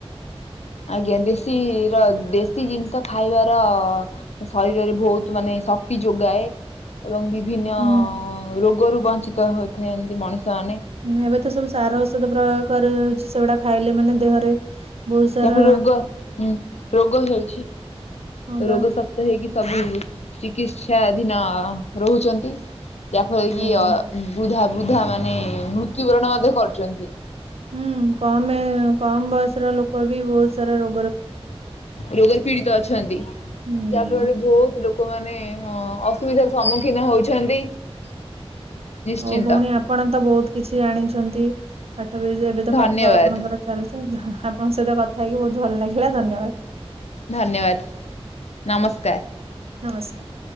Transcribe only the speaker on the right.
ହୁଁ
ହଁ, ଏବେ ତ ସବୁ ସାର ଔଷଧ ପ୍ରୟୋଗ କରାଯାଉଛି। ସେଗୁଡା ଖାଇଲେ ମାନେ ଦେହରେ ବହୁତ ସାରା
ହଁ ବା
ହୁଁ
ହୁଁ, କମ୍ ଏ କମ୍ ବୟସ ର ଲୋକ ବି ବହୁତ ସାରା ରୋ
ହୁଁ
ହଉ ଭଉଣୀ ଆପଣ ତ ବହୁତ୍ କିଛି ଜାଣିଛନ୍ତି, ପାଠ ବି ଏବେ ତ
ପାଠ ଆପଣଙ୍କର ଚାଲି <unintelligible> ଆପଣଙ୍କ ସହିତ କଥା ହେଇକି ବହୁତ ଭଲ ଲାଗିଲା ଧନ୍ୟବାଦ।
ନମସ୍କାର୍।